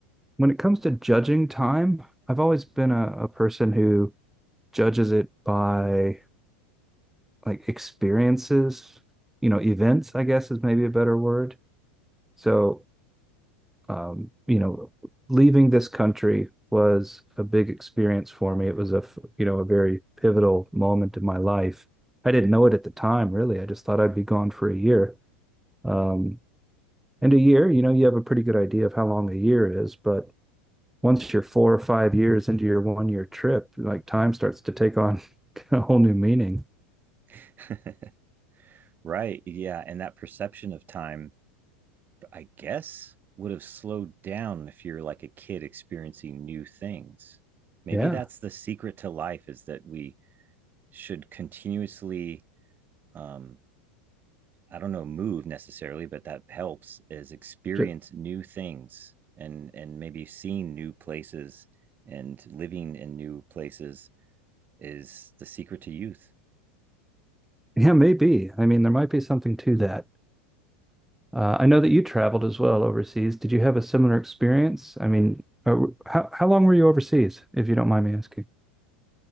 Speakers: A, in the centre; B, on the right (about 30°).
A: when it comes to judging time? I've always been a, a person who judges it by like experiences, you know, events, I guess is maybe a better word. So, um, you know, leaving this country was a big experience for me. It was a, you know, a very pivotal moment in my life. I didn't know it at the time, really. I just thought I'd be gone for a year. Um, and a year, you know, you have a pretty good idea of how long a year is, but once you're four or five years into your one year trip, like time starts to take on <laughs> a whole new meaning.
B: <laughs> right. Yeah. And that perception of time, I guess, would have slowed down if you're like a kid experiencing new things. Maybe
A: Yeah.
B: that's the secret to life is that we should continuously um, I don't know move necessarily, but that helps is experience
A: Ju-
B: new things and and maybe seeing new places and living in new places is the secret to youth.
A: Yeah, maybe. I mean, there might be something to that. Uh, I know that you traveled as well overseas. Did you have a similar experience? I mean, uh, how how long were you overseas, if you don't mind me asking?